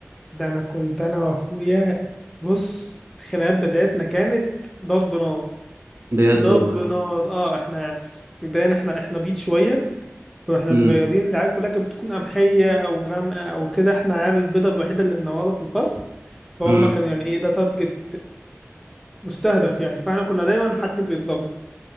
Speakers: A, in the centre; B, on the right (about 60°).
A: ده انا كنت انا واخويا بص الخناقات بتاعتنا كانت ضرب نار
B: بجد
A: ضرب
B: والله
A: نار اه احنا مبدئيا احنا احنا بيض شويه واحنا
B: أمم،
A: صغيرين العيال كلها كانت بتكون قمحيه او غامقه او كده احنا عيال البيضه الوحيده اللي منوره في الفصل فهم
B: أمم،
A: كانوا يعني ايه ده تارجت مستهدف يعني فاحنا كنا دايما حد بيضربنا